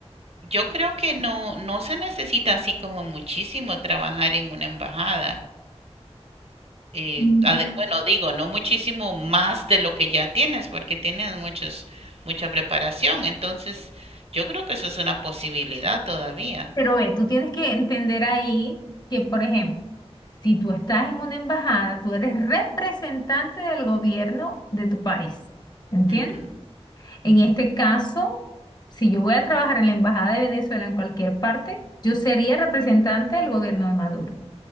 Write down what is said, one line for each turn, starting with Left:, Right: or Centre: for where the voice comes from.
Right: yo creo que no, no se necesita así como muchísimo trabajar en una embajada. Eh,
Left: mm,
Right: ade- bueno, digo, no muchísimo más de lo que ya tienes, porque tienes muchos, mucha preparación. Entonces, yo creo que eso es una posibilidad todavía.
Left: pero ve, tú tienes que entender ahí que, por ejemplo, si tú estás en una embajada, tú eres representante del gobierno de tu país, ¿entiendes?
Right: Ujú,
Left: En
Right: ujú,
Left: este caso, si yo voy a trabajar en la embajada de Venezuela en cualquier parte, yo sería representante del gobierno de Maduro,